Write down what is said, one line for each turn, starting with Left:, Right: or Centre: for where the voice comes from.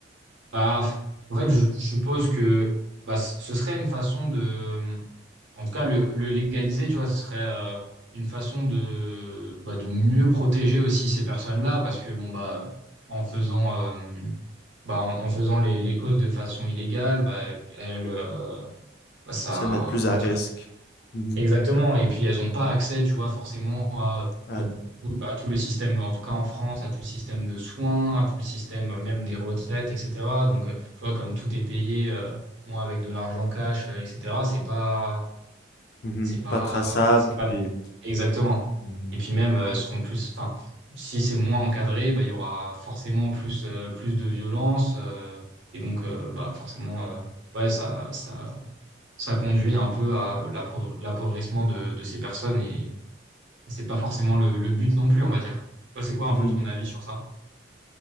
Right: Bah, en fait, je, je suppose que bah, c- ce serait une façon de, en tout cas, le, le légaliser, tu vois, ce serait euh, une façon de, bah, de mieux protéger aussi ces personnes-là, parce que bon, bah, en faisant, euh, bah, en, en faisant les, les causes de façon illégale, bah, elles, euh, bah, ça,
Left: se mettre plus
Right: comment
Left: à risque.
Right: dire
Left: Mhm.
Right: Exactement. Et puis, elles n'ont pas accès, tu vois, forcément à,
Left: À-
Right: au- au- à tout le système, en tout cas en France, à tout le système de soins, à tout le système euh, même des retraites, etc. Donc, euh, tu vois, comme tout est payé, euh, bon, avec de l'argent cash, euh, etc., c'est pas,
Left: mhm.
Right: c'est pas,
Left: Pas traçable,
Right: c'est pas
Left: puis...
Right: exactement.
Left: mhm.
Right: Et puis même, euh, elles seront plus, enfin, si c'est moins encadré, bah, il y aura forcément plus, euh, plus de violence. euh, et donc, euh, bah, forcément, euh, ouais, ça, ça ça conduit un peu à l'appauv- l'appauvrissement de, de ces personnes et, et c'est pas forcément le, le but non plus, on va dire. Toi, c'est quoi un
Left: Mhm.
Right: peu ton avis sur ça?